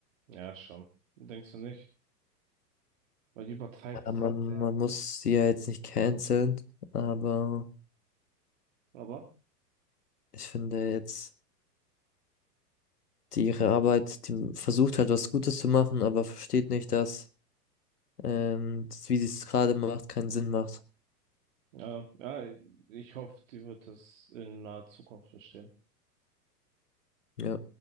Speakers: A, on the right; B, on the left.
A: Ja, schon. Denkst du nicht? Weil die übertreibt
B: Ja,
A: es
B: man,
A: halt sehr.
B: man muss sie ja jetzt nicht canceln, aber
A: Aber,
B: ich finde jetzt, die ihre Arbeit, die versucht halt was Gutes zu machen, aber versteht nicht, dass ähm, das, wie sie es gerade macht, keinen Sinn macht.
A: äh, ja, ich hoffe, die wird es in naher Zukunft verstehen.
B: Ja.